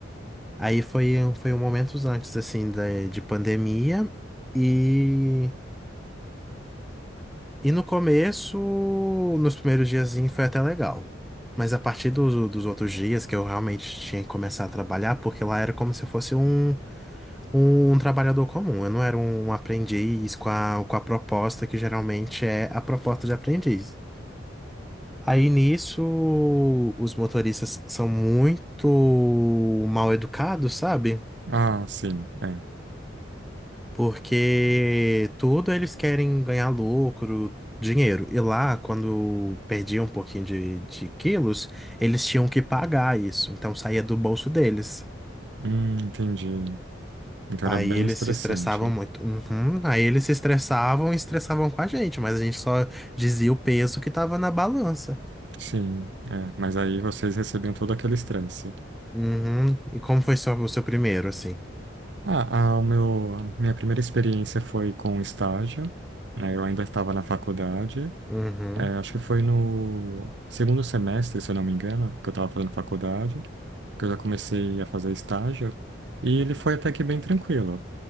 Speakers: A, in the centre; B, on the right.
A: Aí foi, foi um momentos antes, assim, de, de pandemia. E, e no começo, nos primeiros dias, foi até legal. Mas a partir dos, dos outros dias que eu realmente tinha que começar a trabalhar, porque lá era como se fosse um um, um trabalhador comum. Eu não era um um aprendiz com a, com a proposta que geralmente é a proposta de aprendiz. Aí nisso, os motoristas são muito mal educados, sabe?
B: Ah, sim, é.
A: Porque tudo eles querem ganhar lucro, dinheiro. E lá, quando perdiam um pouquinho de, de quilos, eles tinham que pagar isso. Então saía do bolso deles.
B: Hum, entendi. Então era
A: Aí
B: bem
A: eles
B: estressante.
A: se estressavam muito. Uhum. Aí eles se estressavam e estressavam com a gente, mas a gente só dizia o peso que tava na balança.
B: Sim, é. Mas aí vocês recebiam todo aquele estresse.
A: Uhum. E como foi só o seu primeiro, assim?
B: Ah, a o meu, a minha primeira experiência foi com estágio, né? Eu ainda estava na faculdade,
A: Uhum.
B: é, acho que foi no segundo semestre, se eu não me engano, que eu estava fazendo faculdade, que eu já comecei a fazer estágio, e ele foi até que bem tranquilo.